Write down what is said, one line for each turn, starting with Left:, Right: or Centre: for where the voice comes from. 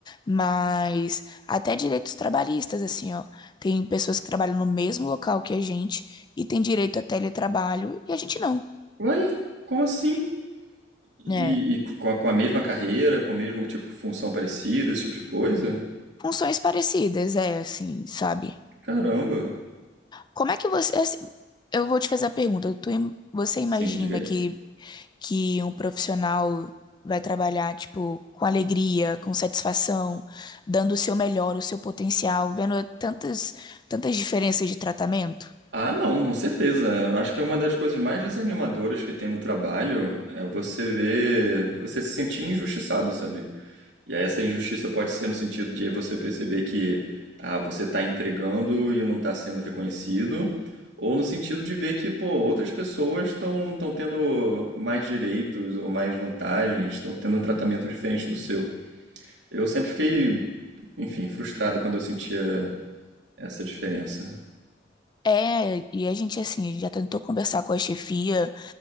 Left: Mas até direitos trabalhistas, assim, ó. Tem pessoas que trabalham no mesmo local que a gente e tem direito a teletrabalho e a gente não.
Right: Uai, como assim? E,
Left: né
Right: e com a, com a mesma carreira, com o mesmo tipo função parecida, esse tipo de coisa?
Left: funções parecidas, é assim, sabe?
Right: Caramba.
Left: Como é que você. é assim, Eu vou te fazer a pergunta. Tu im- você
Right: Sim,
Left: imagina
Right: diga aí.
Left: que, que um profissional vai trabalhar, tipo, com alegria, com satisfação, dando o seu melhor, o seu potencial, vendo tantas, tantas diferenças de tratamento?
Right: Ah, não, com certeza. Eu acho que é uma das coisas mais desanimadoras que tem no trabalho é você ver, você se sentir injustiçado, sabe? E aí essa injustiça pode ser no sentido de você perceber que ah, você tá entregando e não tá sendo reconhecido, ou no sentido de ver que, pô, outras pessoas estão estão tendo mais direitos ou mais vantagens, estão tendo um tratamento diferente do seu. Eu sempre fiquei, enfim, frustrado quando eu sentia essa diferença.
Left: É, e a gente, assim, a gente já tentou conversar com a chefia,